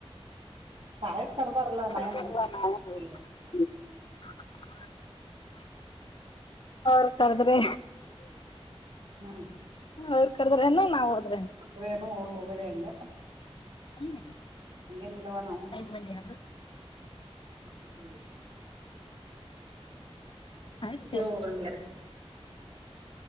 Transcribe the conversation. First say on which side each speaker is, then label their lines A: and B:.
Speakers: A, on the left (about 50°); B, on the right (about 65°).
A: <unintelligible>
B: ತಾಯಿ ಕರ್ದಾರಲ್ಲ ನಾ ಏನು ಓದ್ತೀವಿ
A: ಅವರು ಕರ್ದ್ರೆ
B: ಹ್ಮ್
A: ಅವ್ರ ಕರ್ದ್ರನೋ ನಾವ್ ಹೋದ್ರೆನು
B: ಕೊಟ್ರೇನು ಹೋಗ್ ಹೋಗೋದೆ ಅಂದೆ
A: ಹ್ಮ್
B: ಹಂಗೇನ್ ಇಲ್ವವಾ ನಾವು
A: ಮನ್ಯಾದು
B: <unintelligible> <inaudible>
A: ಆಯ್ತೇನ್
B: ಹೋಗ <inaudible>